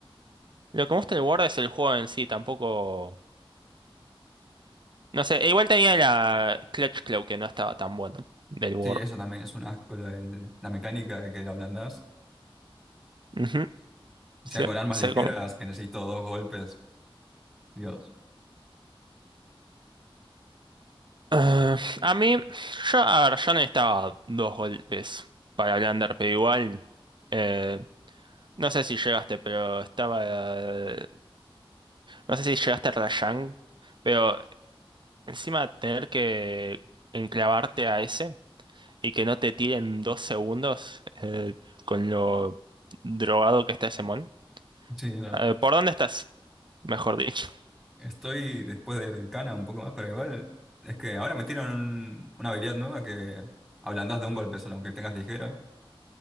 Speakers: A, on the right; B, in the centre.
A: lo que me gusta del Word es el juego en sí, tampoco... No sé, igual tenía la Clutch Claw que no estaba tan bueno del Word.
B: Sí, eso también es un asco, lo del- la mecánica de que la ablandás.
A: Ujú, Sí,
B: O sea, con armas
A: sé
B: ligeras
A: cómo.
B: que necesito dos golpes. Dios.
A: Ah, a mí, yo, a ver, yo necesitaba dos golpes para el under, pero igual, eh, no sé si llegaste, pero estaba, eh, no sé si llegaste a Rajang, pero encima tener que enclavarte a ese y que no te tiren dos segundos eh, con lo drogado que está ese mono.
B: Sí, no.
A: Eh, ¿por dónde estás? Mejor dicho.
B: Estoy después de Belcana un poco más, pero igual es que ahora metieron un- una habilidad nueva que ablandás de un golpe solo, aunque tengas ligera.